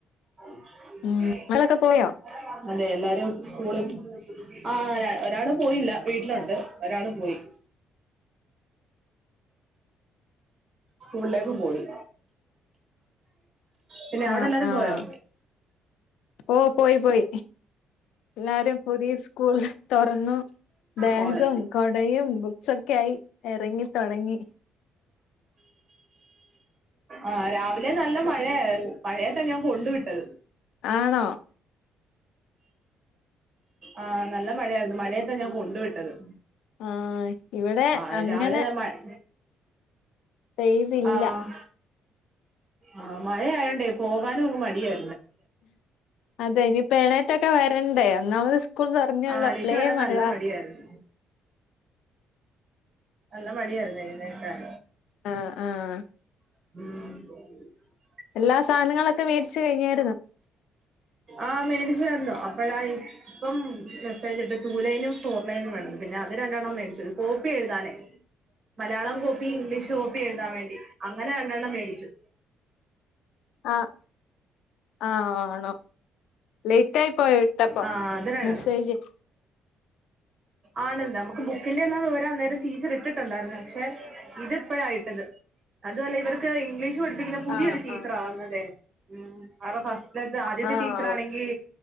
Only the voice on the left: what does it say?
ഉം മഴയൊക്കെ പോയോ
ആഹ്
ആഹ്
ഓ പോയി പോയി എല്ലാരും പുതിയ സ്കൂ തൊറന്നു ബാഗും
കൊടയും ബുക്സൊക്കായി എറങ്ങി തൊടങ്ങി
ആണോ
ആഹ് ഇവിടെ
അങ്ങനെ
പെയ്തില്ല
അതെ ഇനിപ്പോ എണേറ്റൊക്കെ വരണ്ടേ ഒന്നാമത് സ്കൂൾ തുറന്നേള്ളൂ
അപ്പളേ
മഴ
ആഹ് ആഹ്
എല്ലാ സാധനങ്ങളൊക്കെ മേടച്ച് കഴിഞ്ഞായിരുന്നോ?
ആഹ ആഹ ആണോ? ലേറ്റ് ആയി പോയ ഇട്ടപ്പോ
മെസ്സേജ്
ആഹ്
ആഹ്
ആഹ്
ഓ